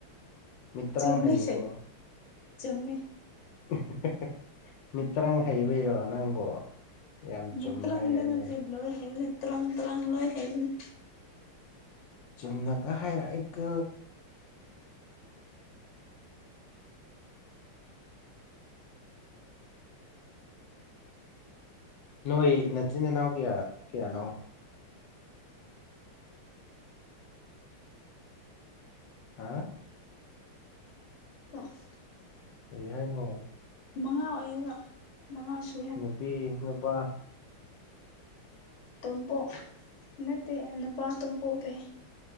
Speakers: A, on the left; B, on the left.
A: ꯃꯤꯇ꯭ꯔꯪ
B: ꯆꯨꯝꯃꯦ
A: ꯍꯩꯕꯣ
B: ꯁꯦꯠ ꯆꯨꯝꯃꯦ
A: <unintelligible> ꯇ꯭ꯔꯪ ꯍꯩꯕꯩꯔꯣ ꯅꯪꯕꯨ ꯌꯥꯝ
B: ꯃꯤꯇ꯭ꯔꯪꯗ
A: ꯆꯨꯝꯅ ꯍꯥꯏꯔꯛꯏꯅꯦ
B: ꯅꯠꯇꯦ ꯂꯣꯏ ꯍꯩꯚ꯭ꯔꯟ ꯇ꯭ꯔꯪ ꯇ꯭ꯔꯪ ꯂꯣꯏ ꯍꯩꯕꯅꯦ
A: ꯆꯨꯝꯅꯒ ꯍꯥꯏꯔꯛꯏ ꯀꯣ ꯅꯣꯏ ꯅꯆꯤꯟ ꯅꯅꯥꯎ ꯀꯌꯥ ꯀꯌꯥꯅꯣ ꯍꯥ
B: <unintelligible> <inaudible>
A: ꯀꯔꯤ ꯍꯥꯏꯅꯣ
B: ꯃꯉꯥ ꯑꯣꯏꯌꯦꯕ ꯃꯉꯥꯁꯨ
A: ꯅꯨꯄꯤ ꯅꯨꯄꯥ
B: ꯇꯣꯝꯄꯣꯛ ꯅꯠꯇꯦ ꯅꯨꯄꯥ ꯇꯣꯝꯄꯣꯛ ꯂꯩ